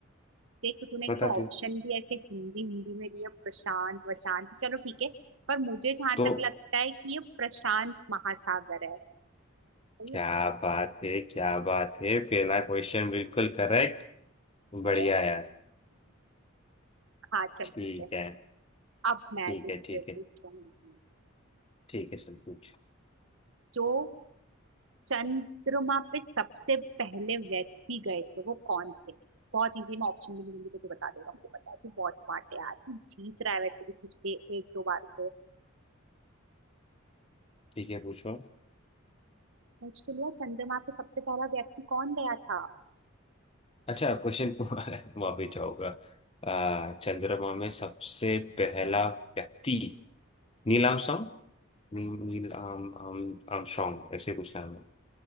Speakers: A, on the right (about 65°); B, on the left (about 25°).
A: देख तूने एक
B: बताते
A: तो ऑप्शन भी ऐसे हिंदी हिंदी में दिया प्रशांत वशांत चलो ठीक है पर मुझे जहां
B: तो
A: तक लगता है कि ये प्रशांत महासागर है तो
B: क्या
A: ये
B: बात है क्या बात है पहला क्वेश्चन बिल्कुल करेक्ट बढ़िया
A: ये-
B: यार
A: हाँ चल
B: ठीक
A: ठीक है
B: है
A: अब मैं
B: ठीक
A: तुझसे
B: है ठीक है
A: पूछूंगी
B: ठीक है सर पूछ
A: जो चंद्रमा पे सबसे पहले व्यक्ति गए थे वो कौन थे बहुत इजी मैं ऑप्शन भी नहीं दूंगी तो तू बता देगा मुझे पता है तू बहुत स्मार्ट है यार तू जीत रहा है वैसे भी पिछले एक दो बार से
B: ठीक है पूछो
A: पूछ तो लिया चंद्रमा पे सबसे पहला व्यक्ति कौन गया था
B: अच्छा क्वेश्चन वहां भी जाओगा आ, <laughs> चंद्रमा में सबसे पहला व्यक्ति नील आर्मस्ट्रॉन्ग नील आम आम आर्मस्ट्रॉन्ग ऐसे कुछ नाम है